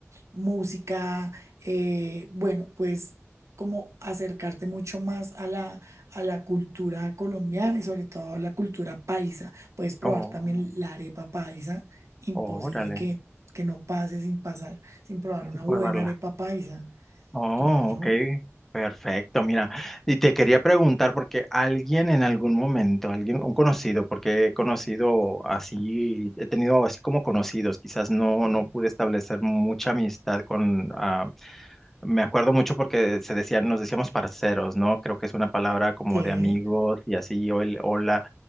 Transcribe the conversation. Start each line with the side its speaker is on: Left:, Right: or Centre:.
Right: música, eh, bueno, pues como acercarte mucho más a la, a la cultura colombiana y sobre todo a la cultura paisa. Puedes probar
Centre: Oh,
Right: también la arepa paisa, imposible
Centre: órale,
Right: que, que no pase sin pasar sin probar
Centre: sí
Right: una
Centre: puedo
Right: buena
Centre: verla.
Right: arepa paisa.
Centre: Oh,
Right: Claro.
Centre: ok, perfecto, mira. Y te quería preguntar porque alguien en algún momento, alguien, un conocido, porque he conocido así, he tenido así como conocidos, quizás no,
Right: Mm.
Centre: no pude establecer mucha amistad con ah, Me acuerdo mucho porque se decían, nos decíamos parceros, ¿no? Creo que es una palabra como
Right: Sí,
Centre: de amigos y así, o el hola,